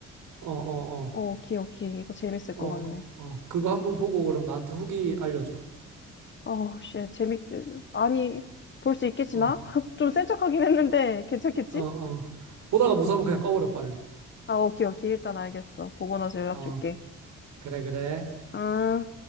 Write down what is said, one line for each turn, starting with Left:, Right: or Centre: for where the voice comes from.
Right: 어, 어,
Left: 어, 오케이, 오케이. 이거 재밌을
Right: 어,
Left: 것 같네.
Right: 어, 그거 한번 보고 그럼 나한테 후기 알려줘.
Left: 어우 씨, 재밌게. 아니, 볼 수 있겠지나?
Right: 어,
Left: <laughs> 좀 센 척하긴 했는데, 괜찮겠지?
Right: 어, 어. 보다가 무서우면 그냥 꺼버려, 빨리.
Left: 아, 오케이, 오케이. 일단 알겠어. 보고 나서 연락
Right: 어,
Left: 줄게.
Right: 그래, 그래.
Left: 응.